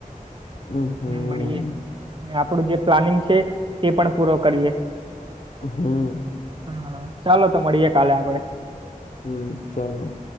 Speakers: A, on the left; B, on the right.
A: હમ હમ
B: ને મળીએે. ને આપડું જે પ્લાનિંગ છે તે પણ પૂરો કરીએ.
A: હમ્મ.
B: હા, ચાલો તો મળીએે કાલે આપડે.
A: હમ્મ, ચાલો.